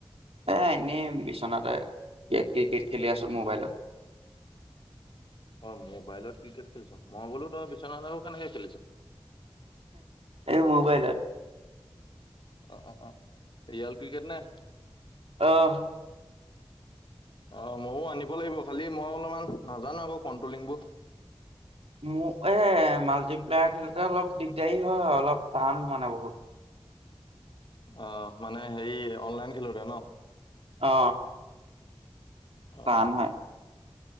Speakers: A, on the right (about 80°); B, on the left (about 55°).
A: এ এনেই বিচনাতে ক্ৰিকেট খেলি আছো মোবাইলত
B: অ মোবাইলত ক্ৰিকেট খেলিছো মই বোলো ত বিচনাট আৰু কেনেকে খেলিছ <unintelligible>
A: এনে মোবাইলত
B: অ অ অ ৰিয়াল ক্ৰিকেট নে
A: আহ
B: আহ ময়ো আনিব লাগিব খালি মই অলপমান নাজানো আকৌ কন্ট্ৰলিংবোৰ
A: মোক এই মাল্টিপ্লেয়াৰ খেলোতে অলপ দিগদাৰী হয় অলপ টান মানে বহুত <unintelligible>
B: অ মানে হেৰি অনলাইন খেলোতে ন
A: অ
B: অ'
A: টান হয়